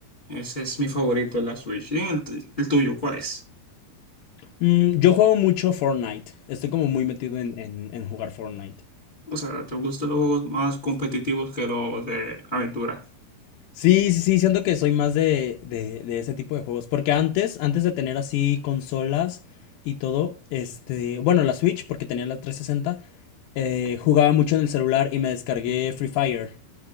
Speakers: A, on the left; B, on the left.
A: Ese es mi favorito de la Switch. ¿Y el, tu- el tuyo, cuál es?
B: Mm, yo juego mucho Fortnite. Estoy como muy metido en, en- en jugar Fortnite.
A: O sea, ¿te gustan los juegos más competitivos que los de aventura?
B: Sí, sí, sí, siento que soy más de, de, de ese tipo de juegos. Porque antes, antes de tener así consolas y todo, este, bueno, la Switch, porque tenía la 360, eh, jugaba mucho en el celular y me descargué Free Fire.